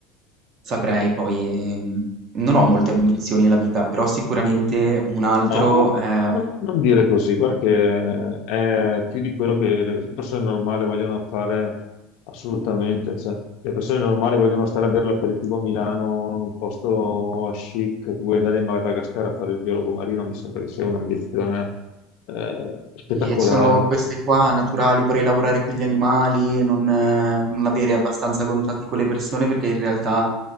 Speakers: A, on the right; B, on the left.
A: Saprei poi, mhmm, non ho molte ambizioni nella vita, però sicuramente un altro,
B: No,
A: ehm,
B: no, non dire così, guarda che è più di quello che le persone normali vogliono fare assolutamente. Cioè, le persone normali vogliono stare a bere l'aperitivo a Milano, in un posto a chic, tu vuoi andare in Madagascar a fare il biologo marino, mi sembra che sia un'ambizione eh, spettacolare.
A: sì, e sono queste qua naturali, vorrei lavorare con gli animali, non eh, non avere abbastanza contatti con le persone perché in realtà